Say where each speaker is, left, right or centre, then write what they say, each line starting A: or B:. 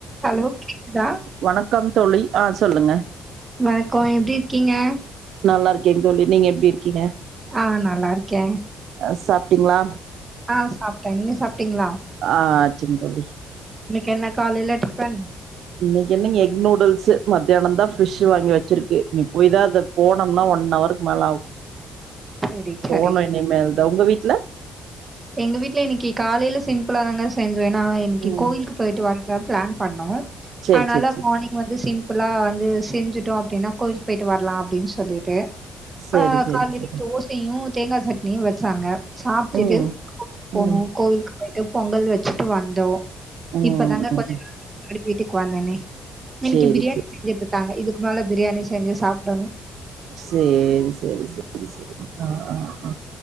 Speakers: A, on the right; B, on the right.
A: Hello கேக்குதா
B: வணக்கம் தோழி ஆ சொல்லுங்க
A: வணக்கோ எப்டி இருக்கீங்க
B: நல்லா இருக்கேங் தோழி நீங்க எப்டி இருக்கீங்க
A: ஆ நல்லா இருக்கே
B: அ சாப்ட்டீங்களா
A: ஆ சாப்ட்டே நீங்க சாப்ட்டீங்களா
B: ஆச்சிங் தோழி
A: இன்னைக்கி என்ன காலைல டிஃபன்
B: இன்னைக்கு என்னங்க எக் நூடுல்ஸ மத்தியான தான் ஃபிஷ் வாங்கி வெச்சிருக்கு இனி போய்தா அத போனோம்னா ஒன் ஹவருக்கு மேலே ஆகும்
A: செரி செரி
B: போணும் இனி மேல தான் உங்க வீட்டுல
A: எங்க வீட்ல இன்னைக்கு காலையில சிம்பிளா தாங்க செஞ்சோ ஏன்னா இன்னைக்கு
B: ம்
A: கோயிலுக்கு போயிட்டு வர தா பிளான் பண்ணோ
B: சேரி
A: அதுனால
B: சேரி சேரி
A: மார்னிங் வந்து சிம்பிளா வந்து செஞ்சிட்டோ அப்டின்னா கோயிலுக்கு போயிட்டு வரலா அப்டின்னு சொல்லிட்டு
B: சேரி
A: ஆ
B: சேரி
A: காலையில
B: சேரி
A: தோசையு தேங்கா சட்னியு வச்சாங்க சாப்ட்டுட்டு
B: ம்
A: போனு
B: ம்
A: கோவிலுக்கு போயிட்டு பொங்கல் வச்சுட்டு வந்தோ
B: ம்
A: இப்பதாங்க கொஞ்ச
B: ம்
A: நேர படுத் வீட்டுக்கு வந்தோனே இன்னைக்கு
B: சேரி
A: பிரியாணி
B: சேரி
A: செஞ்சுட்டு
B: சேரி
A: இருக்காங்க இதுக்கு மேல பிரியாணி செஞ்சு சாப்பிடணு
B: சேரி செரி செரி செரி அ அ அ